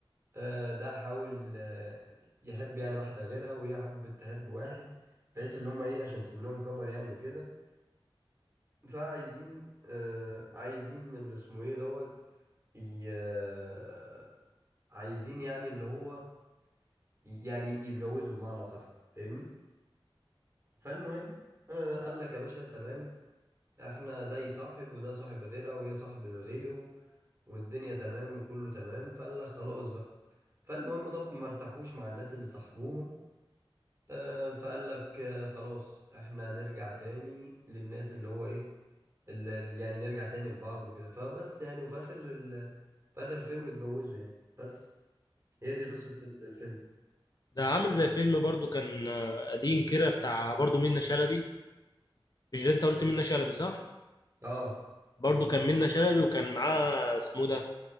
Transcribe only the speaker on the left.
ده عامل زي فيلم برضو كان آه، قديم كده بتاع برضو منة شلبي مش ده انت قلت منة شلبي صح
برضو كان منة شلبي وكان معاه اسمه ده